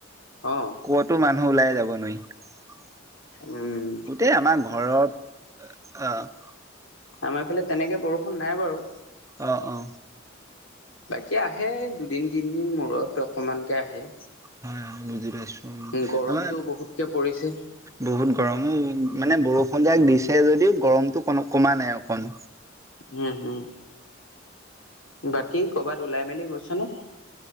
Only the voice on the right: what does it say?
ক'তো মানু ওলাই যাব নোৱাৰি।
গোটেই আমাৰ ঘৰত অ'-আহ
অ', অ'।
হয়, হয়, বুজি পাইছো।
আমাৰ
বহুত গৰম ঔ মানে বৰষুণ যাক দিছে যদিও, গৰমতটো ক-কমা নাই অকণ।